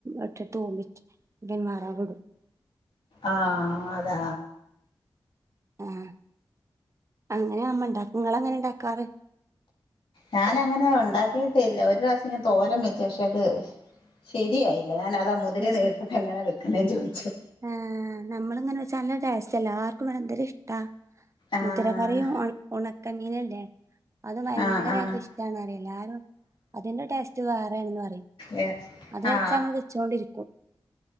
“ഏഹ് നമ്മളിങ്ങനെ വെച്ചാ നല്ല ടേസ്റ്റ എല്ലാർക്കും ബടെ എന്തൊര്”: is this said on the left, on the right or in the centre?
Right